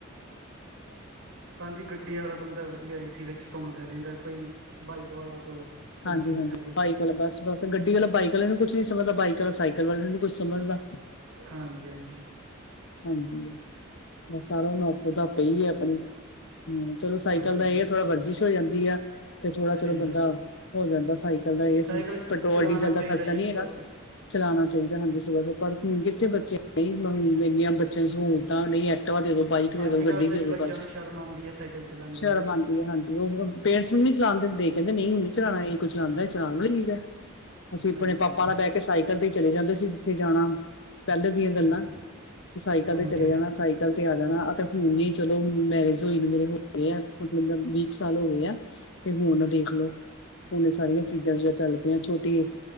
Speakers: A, on the right (about 85°); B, on the left (about 60°).
A: ਹਾਂਜੀ ਗੱਡੀ ਵਾਲਾ ਬੰਦਾ ਵਧੀਆ ਏ ਸੀ ਵਿੱਚ ਘੁੰਮਦਾ ਰਹਿੰਦਾ, ਕੋਈ ਬਾਈਕ ਵਾਲਾ ਤੋਂ ਘੁੰਮ
B: ਹਾਂਜੀ-ਹਾਂਜੀ
A: ਵੀ ਨਹੀਂ ਸਕਦਾ
B: ਬਾਈਕ ਵਾਲਾ ਬਸ-ਬਸ ਗੱਡੀ ਵਾਲਾ ਬਾਈਕ ਵਾਲੇ ਨੂੰ ਕੁਛ ਨੀ ਸਮਝਦਾ, ਬਾਈਕ ਕ ਸਾਈਕਲ ਵਾਲੇ ਨੂੰ ਨਹੀਂ ਕੁੱਛ ਸਮਝਦਾ।
A: ਹਾਂਜੀ ਹਾਂਜੀ
B: ਹਾਂਜੀ, ਬਸ ਸਾਰਾ ਉਹਨੂੰ ਆਪੋ ਤਾਂ ਪਈ ਆ ਆਪਣੀ। ਹਮ ਚਲੋ ਸਾਈਕਲ
A: ਹਾਂਜੀ
B: ਦਾ ਇਹ ਆ ਥੋੜ੍ਹਾ ਵਰਜਿਸ਼ ਹੋ ਜਾਂਦੀ ਆ। ਤੇ ਥੋੜਾ
A: ਸਹੀ
B: ਚਲੋ ਬੰਦਾ
A: ਗੱਲ ਹੈ ਜੀ
B: ਹੋ ਜਾਂਦਾ ਸਾਈਕਲ ਦਾ ਇਹ ਜੀ
A: ਸਾਈਕਲ
B: ਪੈਟਰੋਲ,
A: ਚਲਾਉਣਾ
B: ਡੀਜ਼ਲ ਦਾ
A: ਚਾਹੀਦਾ
B: ਖਰਚਾ
A: ਜੀ
B: ਨਹੀਂ
A: ਸੁਬਾਹ
B: ਹੈਗਾ।
A: ਸੁਬਾਹ
B: ਚਲਾਉਣਾ ਚਾਹੀਦਾ ਹਾਂਜੀ ਸਵੇਰੇ ਪਰ ਹੁਣ ਕਿੱਥੇ ਬੱਚੇ ਨਹੀਂ ਮ ਇੰਨੀਆਂ ਬੱਚਿਆਂ ਨੂੰ ਸਹੂਲਤਾਂ, ਨਹੀਂ ਐਕਟੀਵਾ ਦੇ ਦੋ, ਬਾਈਕ ਦੇ
A: ਅੱਜ
B: ਦੋ, ਗੱਡੀ
A: ਕੱਲ੍ਹ ਤਾਂ
B: ਦੇ
A: ਜੀ
B: ਦੋ
A: ਬੱਚਿਆਂ
B: ਬੱਸ।
A: ਨੂੰ ਸ਼ਰਮ ਆਉਂਦੀ ਹੈ ਸਾਈਕਲ ਚਲਾਉਂਦੇ
B: ਸ਼ਰਮ
A: ਹੋਏ
B: ਆਉਂਦੀ ਹੈ ਹਾਂਜੀ, ਉਹ ਹੁਣ ਪੇਟਸ ਨੂੰ ਨੀ ਚਲਾਉਣ ਦਿੰਦੇ, ਕਹਿੰਦੇ ਨਹੀਂ ਹੁਣ ਨੀ ਚਲਾਉਣਾ ਏ। ਕੋਈ ਚਲਾਉਦਾ ਹੈ, ਚਲਾਉਣ ਵਾਲੀ ਚੀਜ਼ ਹੈ, ਅਸੀਂ
A: ਹਾਂਜੀ
B: ਆਪਨੇ ਪਾਪਾ
A: ਹਾਂਜੀ
B: ਨਾਲ ਬਹਿ ਕੇ ਸਾਈਕਲ ਤੇ ਚਲੇ ਜਾਂਦੇ ਸੀ। ਜਿੱਥੇ ਜਾਣਾ ਪਹਿਲੇ ਦੀਆਂ ਗੱਲਾਂ
A: ਸਹੀ
B: ਤੇ ਸਾਈਕਲ
A: ਹਾਂਜੀ
B: ਤੇ ਚਲੇ
A: ਹਾਂਜੀ
B: ਜਾਣਾ, ਸਾਈਕਲ ਤੇ ਆ ਜਾਣਾ, ਆਂ ਤੇ ਹੁਨ ਹੀ ਚਲੋ ਹੁ ਮੈਰਿਜ ਹੋਈ ਨੂੰ ਮੇਰੇ ਹੋ ਗਏ ਆ, ਮਤਲਬ ਵੀਹ ਕੁ ਸਾਲ ਹੋ ਗਏ ਆ, ਤੇ ਹੁਣ ਦੇਖਲਓ। ਹੁਣ ਏਹ ਸਾਰੀਆਂ ਚੀਜ਼ਾਂ ਵੀਜ਼ਾ ਚੱਲ ਪਈਆਂ, ਛੋਟੀ ਏ